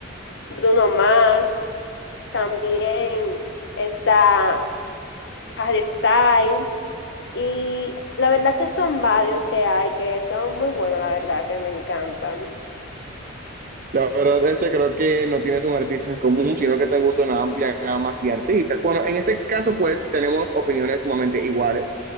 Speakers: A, on the left; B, on the right.
A: Bruno Mars, también está Harry Styles y la verdad que son varios que hay que son muy buenos, la verdad que me encantan.
B: La verdad, este creo que no tienes un artista en común, sino que te gusta una amplia gama de artistas. Bueno, en este caso, pues tenemos opiniones sumamente iguales.